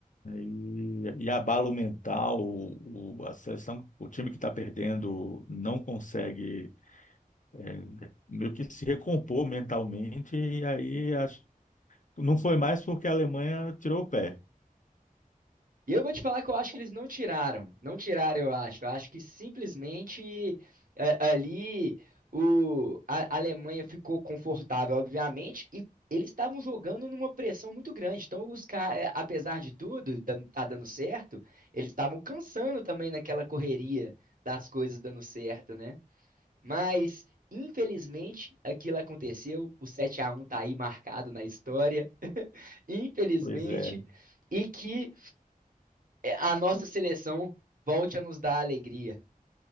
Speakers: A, on the left; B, on the right.
A: E, e abalo mental, o, o- a seleção, o time que está perdendo não consegue é, meio que se recompor mentalmente, e aí acho, não foi mais porque a Alemanha tirou o pé.
B: E eu vou te falar que eu acho que eles não tiraram. Não tiraram, eu acho. Eu acho que simplesmente é, ali o, a a Alemanha ficou confortável, obviamente, e eles estavam jogando numa pressão muito grande. Então, os caras, apesar de tudo, dan- tá dando certo, eles estavam cansando também naquela correria das coisas dando certo, né? Mas, infelizmente, aquilo aconteceu. O sete a um tá aí marcado na história. <laughs> Infelizmente.
A: Pois é.
B: E que é, a nossa seleção volte a nos dar alegria.